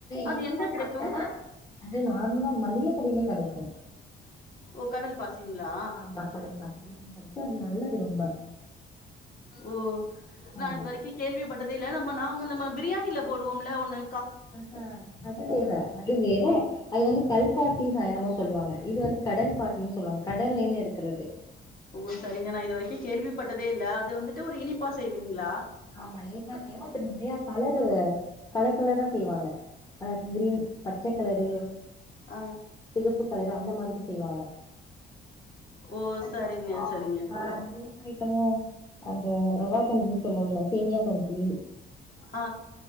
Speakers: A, on the left; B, on the left.
A: அது
B: இனிப்பா
A: எங்க கிடைக்கு
B: சாப்ட்டாதா அது நார்மலா மல்லிக கடைய்ல கிடைக்கு
A: ஓ கடல் பாசிங்ளா
B: ஆமா கடல் பாசி <unintelligible> அது நல்லது ரொம்ப
A: ஓ நா
B: ஆமா
A: இதுவரிக்கி கேள்விப்பட்டதேல்ல நம்ம நாங்க நம்ம பிரியாணில போடுவோம்ல ஒன்னு
B: ஆ ஹ அது வேற அது வேற
A: ஓ
B: அது வந்து கல் பாசிதா என்னமோ சொல்லுவாங்க இது வந்து கடல் பாசின் சொல்லுவாங்க கடல்ல இருந்து எடுக்குறது
A: ஓ சரிங்க நா இது வரைக்கு கேள்விப்பட்டதே இல்ல அது வந்துட்டு ஒரு இனிப்பா செய்வீங்ளா
B: ஆமா இனிப்பா செய்வோ அது நெறய கலரு கலர் கலரா செய்வாங்க ஆ கிரீன் பச்ச கலரு
A: ஆ
B: சிகப்பு கலர் அந்த மாதிரி செய்வாங்க
A: ஓ சரிங்க
B: சேப்
A: சரிங்க
B: அயிட்ட அந்த ரவா கஞ்சின் சொல்லுவோல்ல சேமியா கஞ்சி
A: ஆ